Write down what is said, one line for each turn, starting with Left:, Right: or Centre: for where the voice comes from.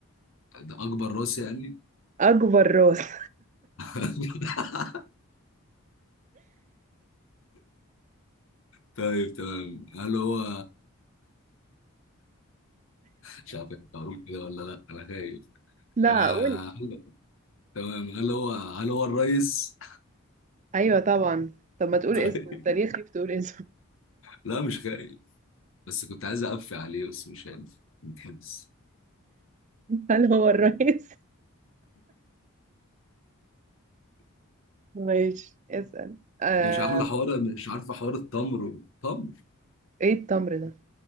Left: ده أكبر راس يعني؟
Right: اكبر راس <laughs>
Left: <laughs> طيب تمام هل هو مش عارف أنت أقول كده ولا لأ أنا خايف
Right: لا
Left: آه...
Right: قول
Left: هل- تمام هل هو هل هو الرئيس؟
Right: ايوه طبعا طب ما تقول
Left: <laughs> طيب
Right: اسمه انت ليه خايف تقول اسمه
Left: لا مش خايف بس كنت عايز أقفي عليه بس مش عارف متحبس
Right: <laughs> هل هو الرئيس ماشي اسأل آه...
Left: أنت مش عاملة حوار مش عارفة حوار التمر تمر
Right: ايه التمر ده